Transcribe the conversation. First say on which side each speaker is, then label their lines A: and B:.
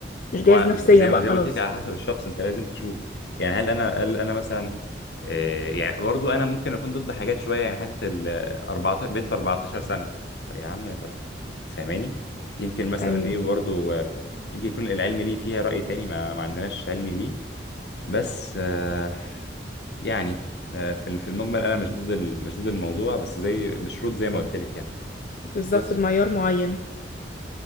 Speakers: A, on the left; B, on the left.
A: مش جاهز
B: هو
A: نفسيا
B: ز- زي
A: بقى
B: ما- زي
A: خلاص
B: ما قلت لك على حسب الشخص انت لازم تشوف يعني هل انا هل انا مثلا آه، يعني برضو انا ممكن اكون ضد حاجات شويه يعني حته ال 14 بنت 14 سنه طب يا عم طب فاهماني يمكن مثلا
A: ايوه
B: ايه برضو آه، يمكن يكون العلم ليه فيها راي تاني ما, ما عندناش علم بيه بس آه، يعني آه، في ال- في المجمل انا مش ضد ال- مش ضد الموضوع بس زي بشروط زي ما قلت لك يعني
A: بالظبط
B: بس
A: بمعيار معين